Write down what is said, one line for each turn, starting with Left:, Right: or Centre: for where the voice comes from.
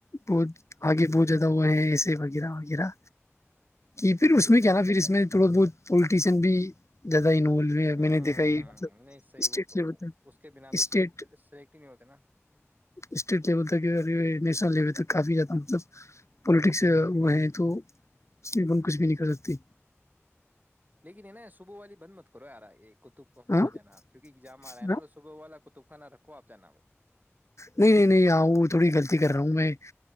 Left: بہت آگے بہت زیادہ ہو ہیں ایسے وغیرہ وغیرہ کہ پھر اس میں کیا تھا پھر اس میں تھوڑا بہت پولٹیشن بھی دہ انوولو ہے
Right: ہوں
Left: میں نے دیکھا یہ مطلب
Right: نہیں صحیح
Left: اسٹیٹ
Right: وہ تو
Left: لیول تک
Right: اس کے بنا تو
Left: اسٹیٹ
Right: سلیکٹ سلیکٹ ہی نہیں ہوتے نا
Left: اسٹیٹ لیول تک نیشنل لیول تک کافی زیادہ مطلب پولیٹکس ہو ہیں تو اس کچھ بھی نہیں کر سکتے
Right: لیکن ہے نا صبح والی بند مت کرو یارا ایک ک تو پانا
Left: ہاں
Right: جانا کیونکگزام آ
Left: ہاں؟
Right: رہا ہےا صبح والا توف کانا رکھو آپ ج نام
Left: نہیں نہیں نہیں آؤ تھوڑی غلطی کر رہا ہوں میں